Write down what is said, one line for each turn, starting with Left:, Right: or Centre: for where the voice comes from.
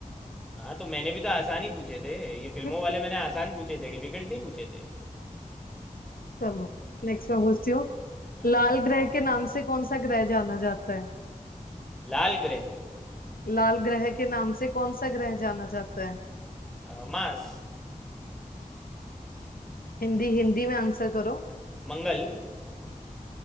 Centre: हाँ तो मैंने भी तो आसान ही पूछे थे ये फिल्मों
Left: <laughs>
Centre: वाले मैंने आसान पूछे थे डिफिकल्ट नहीं पूछे थे
Left: चलो नेक्स्ट मैं पूछती हूँ
Centre: हाँ
Left: लाल ग्रह के नाम से कौन सा ग्रह जाना जाता है
Centre: लाल ग्रह
Left: लाल ग्रह के नाम से कौन सा ग्रह जाना जाता है
Centre: अ, मार्स
Left: हिंदी हिंदी में आंसर करो
Centre: मंगल